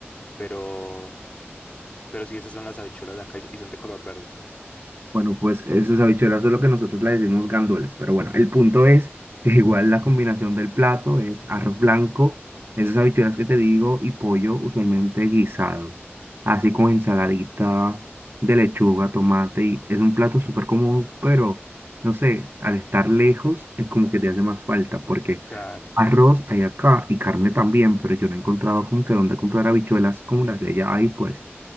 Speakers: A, on the left (about 30°); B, on the right (about 55°).
A: pero, pero sí, esas son las habichuelas de acá y son y son de color verde.
B: Bueno, pues esas habichuelas es lo que nosotros le decimos gandules, pero bueno, el punto es que igual la combinación del plato es arroz blanco, esas habichuelas que te digo, y pollo usualmente guisado, así como ensaladita de lechuga, tomate, y es un plato súper común, pero no sé, al estar lejos es como que te hace más falta, porque...
A: Claro.
B: Arroz hay acá y carne también, pero yo no he encontrado como que dónde comprar habichuelas como las de allá y pues,